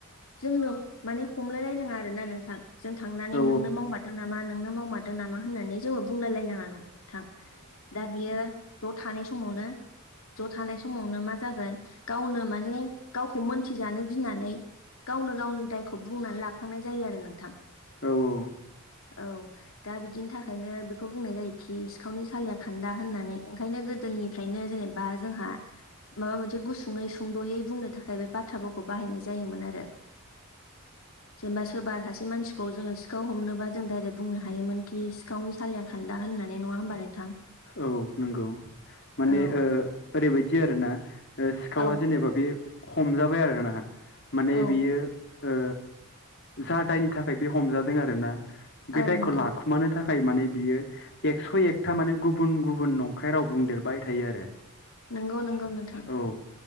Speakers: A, on the left; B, on the left.
A: जोंनो माने हमलायलायनाङा आरोना नोंथां जों थांनानै
B: औ
A: नोंनो मावमारदों नामा नोंनो मावमारदों नामा होननानै जोंबो बुंलाय लायनाङा नोंथां दा बियो ज' थानाय समावनो ज' थानाय समावनो मा जागोन गावनो माने गावखौ मोनथिजानो गिनानै गावनो गावनि दायखौ बुंनानै लाफ्लांनाय जायो आरो नोंथां।
B: औ औ।
A: औ दा बिदिनि थाखायनो बेखौ बुंनाय जायोखि सिखावनि सालिया खान्दा होननानै ओंखायनो गोदोनि फ्रायनो जेनेबा जोंहा माबा मोनसे गुसुङै सुंद'यै बुंनो थाखाय बे बाथ्राफोरखौ बाहायनाय जायोमोन आरो। जेनेबा सोरबा सासे मानसिखौ जोङो सिखाव हमनोबा जों डाइरेक्ट बुंनो हायोमोन कि सिखावनि सालाया खान्दा होननानै नङा होमबा। नोंथां
B: औ नंगौ। माने
A: औ
B: ओ ओरैबायदि आरोना सिखावा
A: औ
B: जेनेबा बे हमजाबाय आरोना माने
A: औ
B: बियो ओ जा दायनि थाखाय बे हमजादों आरोना बे
A: औ
B: दायखौ
A: नोंथां
B: लाखुमानो था थाखाय माने बियो एकस' एकथा माने गुबुन गुबुन नंखाय राव बुंदेरबाय थायो आरो।
A: नंगौ नंगौ नोंथां
B: औ